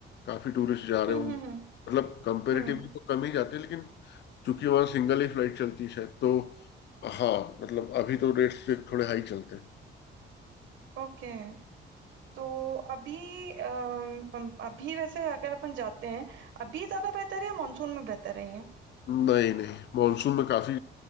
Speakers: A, on the left (about 60°); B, on the right (about 75°).
A: काफी टूरिस्ट जा रहे
B: हम्म
A: होंगे
B: हम्म हम्म
A: मतलब कंपेरेटिवली
B: हम्म,
A: तो कम ही जाते हैं लेकिन चूंकि वहाँ सिंगल ही फ्लाइट चलती है शायद तो हाँ मतलब अभी तो रेट्स थोड़े हाई चलते हैं
B: ओके तो अभी अम, अम, अभी वैसे अगर अपन जाते हैं अभी ज्यादा बेहतर है या मानसून में बेहतर है ये?
A: नहीं नहीं मॉनसून में काफी